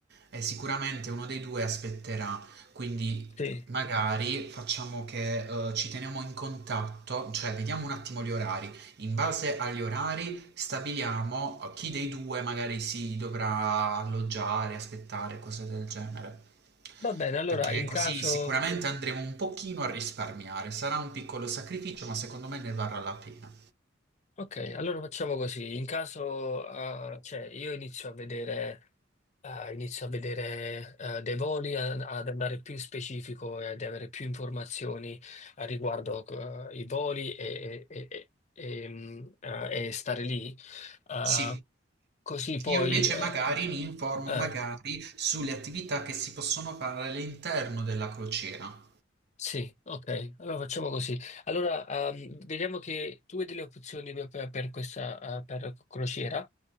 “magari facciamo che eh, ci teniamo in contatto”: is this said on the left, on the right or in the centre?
Right